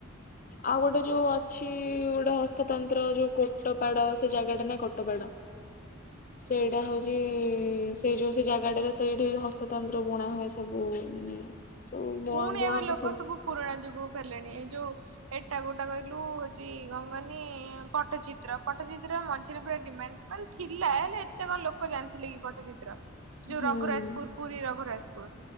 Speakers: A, on the left; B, on the right.
A: ଆଉ ଗୋଟେ ଯୋଉ ଅଛି ଗୋଟେ ହସ୍ତତନ୍ତ୍ର ଯୋଉ କୋଟପାଡ ସେ ଜାଗାଟା ନାଁ କୋଟପାଡ। ସେଇଟା
B: ହୁଁ।
A: ହୋଉଚି। ସେଇ ଯୋଉ ସେ ଜାଗାଟାରେ ସେଇଠି ହସ୍ତତନ୍ତ୍ର ବୁଣାହୁଏ ସବୁ ମାନେ ସବୁ ବୁଣ
B: ପୁଣି
A: ବୁଣନ୍ତି
B: ଏବେ ଲୋକ ସବୁ ପୁରୁଣା ଯୁଗକୁ ଫେରିଲେଣି ଏଇ ଯୋଉ ଏଟା କୋଉଟା କ କହିଲୁ ହୋଉଚି କଣ କହନି ପଟଚିତ୍ର ପଟ୍ଟଚିତ୍ର ମଝିରେ ପୁରା ଡିମାଣ୍ଡ ମାନେ ଥିଲା ହେଲେ ଏତେ କଣ ଲୋକ ଜାଣିଥିଲେ କି ପଟଚିତ୍ର।
A: ହୁଁ
B: ଯୋଉ
A: ହୁଁ।
B: ରଘୁରାଜପୁର ପୁରୀ ରଘୁୁରଜ ପ